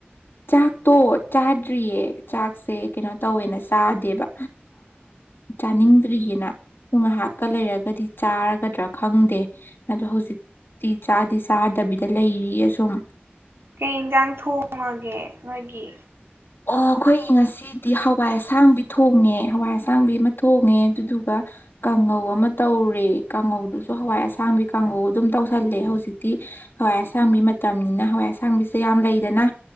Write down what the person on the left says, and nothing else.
ꯆꯥꯛ ꯇꯣ ꯆꯥ ꯇ꯭ꯔꯤꯌꯦ ꯆꯥꯛꯁꯦ ꯀꯩꯅꯣ ꯇꯧꯋꯦꯅ ꯆꯥꯗꯦꯕ ꯆꯥꯅꯤꯡꯗ꯭ꯔꯤꯌ‌ꯦꯅ ꯉꯥꯏꯍꯥꯛꯀ ꯂꯩꯔꯒꯗꯤ ꯆꯥꯔꯒꯗ꯭ꯔꯥ ꯈꯪꯗꯦ ꯑꯗꯣ ꯍꯧꯖꯤꯛ ꯇꯤ ꯆꯥꯗꯤ ꯆꯥꯗꯕꯤꯗ ꯂꯩꯔꯤ ꯑꯁꯨꯝ
ꯑꯣ ꯑꯩꯈꯣꯏꯒꯤ ꯉꯁꯤ ꯗꯤ ꯍꯋꯥꯏ ꯑꯁꯥꯡꯕꯤ ꯊꯣꯡꯉꯦ ꯍꯋꯥꯏ ꯑꯁꯥꯡꯕꯤ ꯑꯃ ꯊꯣꯡꯉꯦ ꯑꯗꯨꯗꯨꯒ ꯀꯥꯡꯉꯧ ꯑꯃ ꯇꯧꯔ ꯎꯨꯔꯦ ꯀꯥꯡꯉꯧꯗꯨꯁꯨ ꯍꯋꯥꯏ ꯑꯁꯥꯡꯕꯤ ꯀꯥꯡꯉꯧ ꯑꯗꯨꯝ ꯇꯧꯁꯜꯂꯦ ꯍꯧꯖꯤꯛꯇꯤ ꯍꯋꯥꯏ ꯑꯁꯥꯡꯕꯤ ꯃꯇꯝꯅꯤꯅ ꯍꯋꯥꯏ ꯑꯁꯥꯡꯕꯤꯁꯦ ꯌꯥꯝ ꯂꯩꯗꯅ